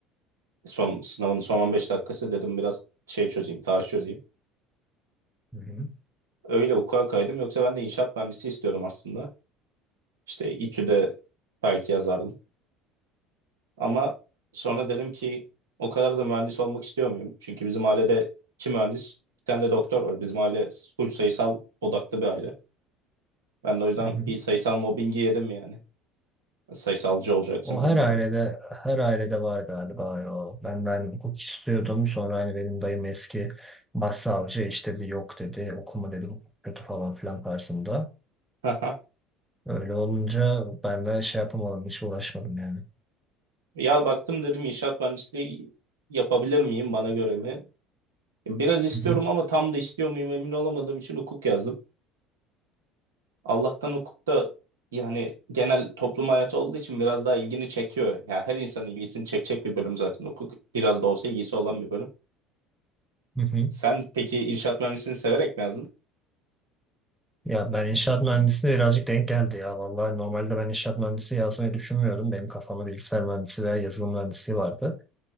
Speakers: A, on the right; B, in the centre.
A: Son sınavın son 15 dakikası dedim biraz şey çözeyim, tarih çözeyim.
B: Hı hı.
A: Öyle hukuka kaydım. Yoksa ben de inşaat mühendisi istiyordum aslında. İşte İTÜ'de belki yazardım. Ama sonra dedim ki o kadar da mühendis olmak istiyor muyum? Çünkü bizim ailede iki mühendis, bir tane de doktor var. Bizim aile full sayısal odaklı bir aile. Ben de o yüzden
B: Hı hı.
A: bir sayısal mobbingi yedim yani. Sayısalcı olacaksın
B: O
A: bilmem
B: her ailede
A: ne. <laughs>
B: her ailede var galiba ya. Ben de hani hukuk istiyordum. Sonra hani benim dayım eski başsavcı işte bir yok dedi, okuma dedi hukuk kötü falan filan tarzında.
A: Aha.
B: Öyle olunca ben de şey yapamadım, hiç uğraşmadım yani.
A: Ya baktım dedim inşaat mühendisliği yapabilir miyim bana göre mi? Biraz istiyorum
B: Hı hı.
A: ama tam da istiyor muyum emin olamadığım için hukuk yazdım. Allah'tan hukukta yani genel toplum hayatı olduğu için biraz daha ilgini çekiyor. Yani her insanın ilgisini çekecek bir bölüm zaten hukuk. Biraz da olsa ilgisi olan bir bölüm.
B: Hı hı.
A: Sen peki inşaat mühendisliğini severek mi yazdın?
B: Ya ben inşaat mühendisliğine birazcık denk geldi ya. Vallahi normalde ben inşaat mühendisi yazmayı düşünmüyordum. Benim kafamda bilgisayar mühendisi veya yazılım mühendisliği vardı.